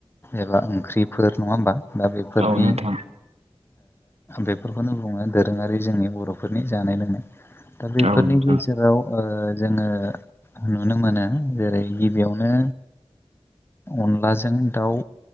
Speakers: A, on the left; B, on the right.
A: एबा ओंख्रिफोर नङा होमबा दा बेफोरनि
B: औ नोंथां
A: बेफोरखौनो बुङो दोरोङारि जोंनि बर'फोरनि जानाय लोंनाय दा बेफोरनि
B: औ नोंथां
A: गेजेराव ओ जोङो नुनो मोनो जेरै गिबियावनो अनलाजों दाउ